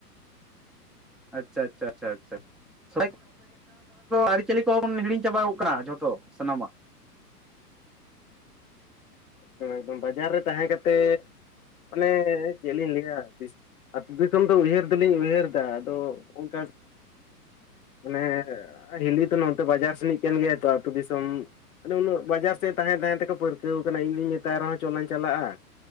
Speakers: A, in the centre; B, on the left.
A: ᱟᱪᱪᱷᱟ ᱟᱪᱷᱟ ᱟᱪᱪᱷᱟ ᱟᱪᱪᱷᱟ᱾ <unintelligible> ᱟᱨᱤᱪᱷᱟᱞᱤ ᱦᱤᱲᱤᱧ ᱪᱟᱵᱟᱣ ᱠᱟᱜ-ᱟ ᱡᱷᱚᱛᱚ ᱥᱟᱱᱟᱢᱟᱜ᱾
B: <unintelligible> ᱵᱟᱡᱟᱨ ᱨᱮ ᱛᱟᱦᱮᱸ ᱠᱟᱛᱮ ᱢᱟᱱᱮ ᱪᱮᱫ ᱞᱤᱧ ᱞᱟᱹᱭᱟ ᱛᱤᱥ ᱟᱹᱛᱩ ᱫᱤᱥᱚᱢ ᱫᱚ ᱩᱭᱦᱟᱹᱨ ᱫᱚᱞᱤᱧ ᱩᱭᱦᱟᱹᱨ ᱫᱟ ᱟᱫᱚ ᱚᱱᱠᱟ ᱢᱟᱱᱮ ᱦᱤᱞᱤ ᱛᱚ ᱱᱚᱛᱮ ᱵᱟᱡᱟᱨ ᱥᱮᱱᱤᱡ ᱠᱟᱱ ᱜᱮᱭᱟᱭ ᱛᱚ ᱟᱹᱛᱩ ᱫᱤᱥᱚᱢ ᱟᱫᱚ ᱩᱱᱟᱹᱜ ᱵᱟᱡᱟᱨ ᱥᱮᱡ ᱛᱟᱦᱮᱸ ᱛᱟᱦᱮᱸ ᱛᱮᱠᱚ ᱯᱟᱹᱨᱠᱟᱹᱣ ᱟᱠᱟᱱᱟ ᱤᱧ <unintelligible> ᱨᱮᱦᱚᱸ ᱪᱚᱞᱟᱧ ᱪᱟᱞᱟᱜᱼᱟ